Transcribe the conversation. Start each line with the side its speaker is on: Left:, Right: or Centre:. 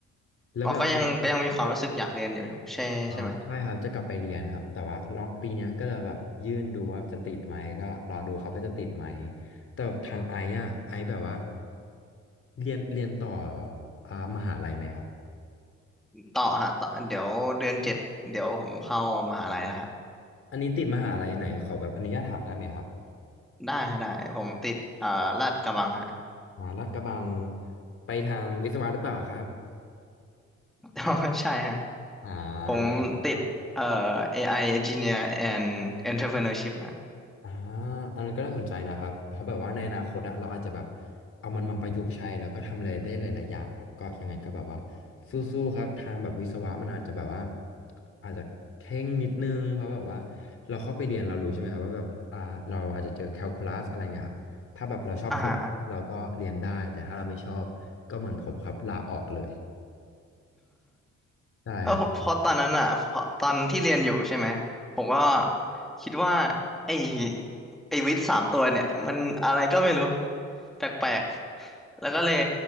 Left: แล้วแบบ
Centre: เราก็ยังก็ยังมีความรู้สึกอยากเรียนอยู่ใช่ใช่ไหม
Left: อ่าใช่ครับจะกลับไปเรียนครับแต่ว่าลองปีเนี้ยก็เลยแบบยื่นดูว่าจะติดไหมก็รอดูครับว่าจะติดไหมแต่ทางไอ้อะไอ้แบบว่าเรียนเรียนต่ออ่ามหาลัยไหมครับ
Centre: ต่อฮะต่อเดี๋ยวเดือนเจ็ดเดี๋ยวผมเข้ามหาลัยแล้วฮะ
Left: อันนี้ติดมหาลัยไหนขอแบบอนุญาตถามได้ไหมครับ
Centre: ได้ฮะได้ผมติดเอ่อลาดกระบังฮะ
Left: อ่าลาดกระบังไปทางวิศวะหรือเปล่าครับ
Centre: <laughs> ใช่ฮะ
Left: อ่า
Centre: ผมติดเอ่อ
Left: ก็ยังก็
Centre: AI Engineer and Entrepreneurship ฮะ
Left: อ่าอันนั้นก็น่าสนใจนะครับเพราะแบบว่าในอนาคตอะเราอาจจะแบบเอามันมาประยุกต์ใช้แล้วก็ทำอะไรได้หลายๆอย่างครับก็ยังไงก็แบบว่าสู้ๆครับทางแบบวิศวะมันอาจจะแบบว่าอาจจะเข่งนิดนึงเพราะแบบว่าเราเข้าไปเรียนเรารู้ใช่ไหมครับว่าแบบอ่าเราอาจจะเจอแคลคูลัสอะไรเงี้ยครับถ้าแบบเราชอบแคลคูลัสเราก็เรียนได้แต่ถ้าเราไม่ชอบก็เหมือนผมครับลาออกเลย
Centre: อ่าฮะ
Left: ได้ครับ
Centre: เออเพราะตอนนั้นอ่ะเพราะตอนที่เรียนอยู่ใช่ไหมผมก็คิดว่าไอ้ไอ้วิทย์สามตัวเนี่ยมันอะไรก็ไม่รู้แปลกๆแล้วก็เลย